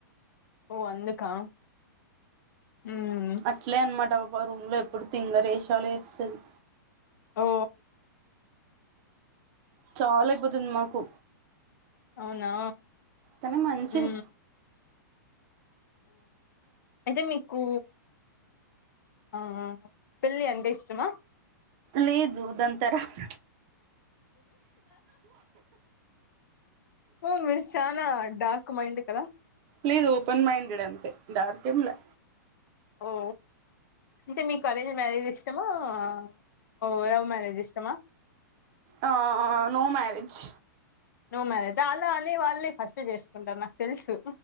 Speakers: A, on the left; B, on the right.
A: ఓ అందుకా మ్మ్
B: అట్లే అన్నమాట ఆ పాప రూమ్ లో ఎప్పుడు తింగరేషాలు ఏస్తది
A: ఓ
B: చాల అయిపోతుంది మాకు
A: అవునా
B: కానీ మంచిది
A: ఉ అయితే మీకు ఆ పెళ్ళి అంటే ఇష్టమా
B: లేదు దాని తర్వాత
A: ఊను మీరు చలా డార్క్ మైండ్ కదా
B: లేదు ఓపన్ మైండెడ్ అంతే డార్కేం ల్యా
A: ఓ అంటే మీకు అరేంజ్డ్ మ్యారేజ్ ఇష్టమా ఆ ఓ లవ్ మ్యారేజ్ ఇష్టమా
B: ఆ నో మ్యారేజ్
A: నో మ్యారేజా అలా అనె వాళ్ళే ఫస్ట్ చేసుకుంటారు నాకు తెలుసు